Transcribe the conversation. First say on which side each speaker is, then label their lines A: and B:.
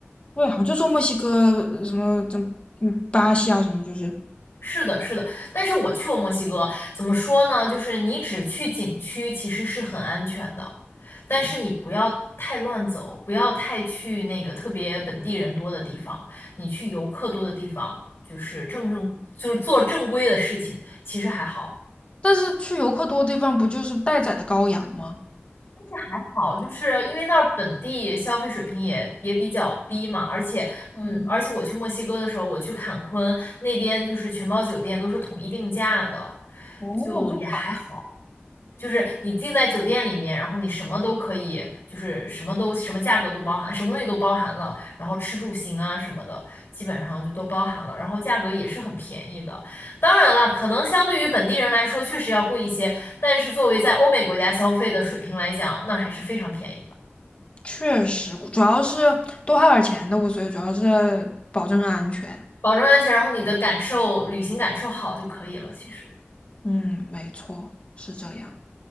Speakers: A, on the left (about 30°); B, on the left (about 65°).
A: 对，好像就说墨西哥什么怎么嗯巴西啊什么就是，
B: 是的，是的，但是我去过墨西哥，怎么说呢？就是你只去景区其实是很安全的，但是你不要太乱走，不要太去那个特别本地人多的地方，你去游客多的地方，就是正正就是做正规的事情，其实还好。
A: 但是去游客多的地方不就是待宰的羔羊吗？
B: 但是还好，就是因为那儿本地消费水平也也比较低嘛，而且，嗯，
A: 嗯，
B: 而且我去墨西哥的时候，我去坎昆那边，就是全包酒店都是统一定价的，
A: 哦，
B: 就也还好。
A: 这么好，
B: 就是你进在酒店里面，然后你什么都可以，就是什么都什么价格都包含，什么东西都包含了，然后吃住行啊什么的，基本上就都包含了，然后价格也是很便宜的。当然了，可能相对于本地人来说确实要贵一些，但是作为在欧美国家消费的水平来讲，那还是非常便宜的，
A: 确实，主要是多花点钱的无所谓，主要是保证安全。
B: 保证安全，然后你的感受，旅行感受好就可以了。其实，
A: 嗯，没错，是这样。